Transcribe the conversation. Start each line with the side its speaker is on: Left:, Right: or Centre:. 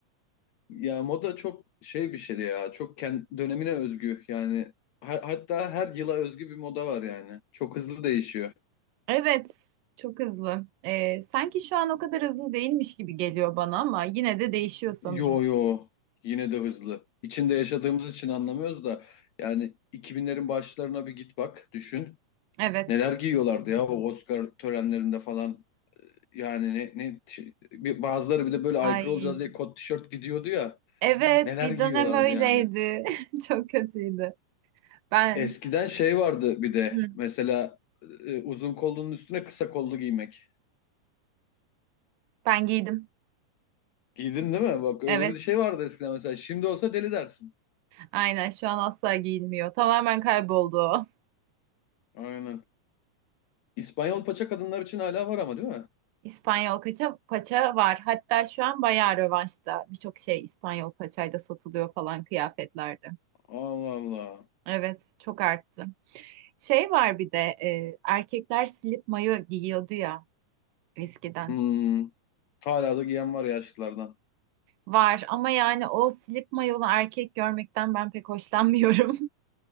Left: Ya moda çok şey bir şeydi ya. Çok kendi dönemine özgü yani. Ha- hatta her yıla özgü bir moda var yani. Çok hızlı değişiyor.
Right: Evet. Çok hızlı. E, sanki şu an o kadar hızlı değilmiş gibi geliyor bana ama yine de değişiyor sanırım.
Left: Yo yo yine de hızlı. İçinde yaşadığımız için anlamıyoruz da yani 2000'lerin başlarına bir git bak düşün.
Right: Evet.
Left: Neler giyiyorlardı ya o Oscar törenlerinde falan. Yani ne, ne bir- bazıları bir de böyle aykırı
Right: Ay
Left: olacağız diye kot tişört gidiyordu ya.
Right: evet
Left: Neler
Right: bir
Left: giyiyorlardı
Right: dönem öyleydi.
Left: yani.
Right: <laughs> Çok kötüydü. Ben
Left: Eskiden şey vardı bir de
Right: hı,
Left: mesela e, uzun kollunun üstüne kısa kollu giymek.
Right: ben giydim.
Left: Giydin değil mi? Bak öyle
Right: Evet.
Left: bir şey vardı eskiden mesela. Şimdi olsa deli dersin.
Right: Aynen şu an asla giyilmiyor. Tamamen kayboldu. o.
Left: Aynen. İspanyol paça kadınlar için hala var ama değil mi?
Right: İspanyol paça, paça var. Hatta şu an bayağı rövanşta. Birçok şey İspanyol paçayla satılıyor falan kıyafetlerde.
Left: Allah Allah.
Right: Evet, çok arttı. Şey var bir de e, erkekler slip mayo giyiyordu ya eskiden.
Left: Hmm, hala da giyen var yaşlılardan.
Right: Var ama yani o slip mayolu erkek görmekten ben pek hoşlanmıyorum.